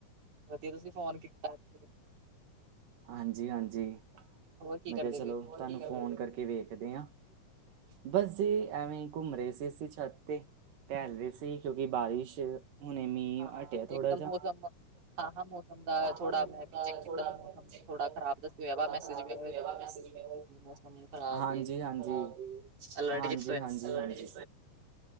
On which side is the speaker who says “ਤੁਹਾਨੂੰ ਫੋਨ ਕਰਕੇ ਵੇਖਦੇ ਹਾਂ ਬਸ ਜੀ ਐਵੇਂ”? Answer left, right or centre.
Right